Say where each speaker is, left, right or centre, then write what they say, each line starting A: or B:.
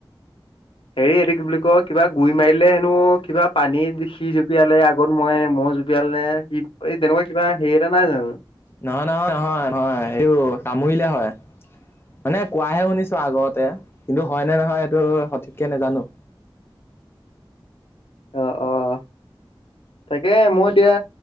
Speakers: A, on the left (about 75°); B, on the left (about 25°).
A: হেৰি এইটো কি বুলি কয় কিবা গুৰি মাৰিল। হেনো কিবা পানীত সি জোপিয়ালে আগত মই মহহ জোপিয়ালে সি এই তেনেকুৱা কিবা। হেৰি এটা নাই জানো।
B: নহয় নহয় নহয় নহয় সেইটো কামুৰিলে হয়। মানে কোৱাহে শুনিছো আগতে কিন্তু হয় নে নহয় এইটো সঠিককে নাজানো।
A: আহ অ আহ। তাকে মই এতিয়া